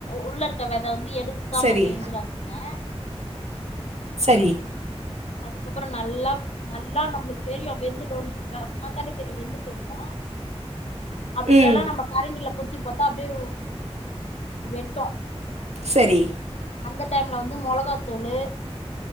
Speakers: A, on the left; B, on the right.
A: உள்ளருக்க வெத வந்து எடுக்காம
B: சரி,
A: செஞ்சுராதிங் ங்ய
B: சரி
A: அதுக்கப்புறோ நல்லா நல்லா நம்ளுக்கு தெரியும் வெந்துடும் சொல் பாத்தாலே தெரியு வெந்துட்டு கோ அப்டி
B: ம்.
A: இல்லல்லா நம்ப கரண்டில குத்தி போட்டா அப்டியே வெட்டோ
B: சரி
A: அந்த டைம்ல வந்து மொளகாத்தூளு